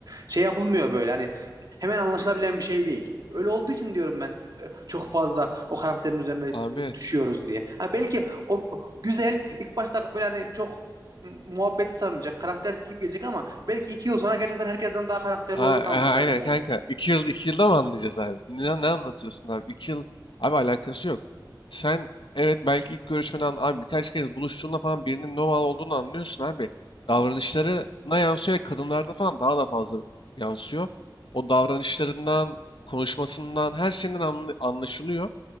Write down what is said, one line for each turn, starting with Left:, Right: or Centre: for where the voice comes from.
Right: şey yapılmıyor böyle hani hemen anlaşılabilen bir şey değil. Öyle olduğu için diyorum ben e, çok fazla o karakterin üzerine e,
Left: abi
Right: düşüyoruz diye. Ha belki o güzel ilk başta böyle hani çok m, muhabbeti sarmayacak, karaktersiz gibi gelecek ama belki iki yıl sonra gerçekten herkesten daha karakterli
Left: Ha,
Right: olduğunu anlayacağız
Left: ha, aynen
Right: yani.
Left: kanka. İki yıl, iki yılda mı anlayacağız abi? Ne, ne anlatıyorsun abi? İki yıl, abi alakası yok. Sen evet belki ilk görüşmeden abi birkaç kez buluştuğunda falan birinin normal olduğunu anlıyorsun abi. Davranışlarına yansıyor ve kadınlarda falan daha da fazla yansıyor. O davranışlarından, konuşmasından, her şeyinden anlı- anlaşılıyor.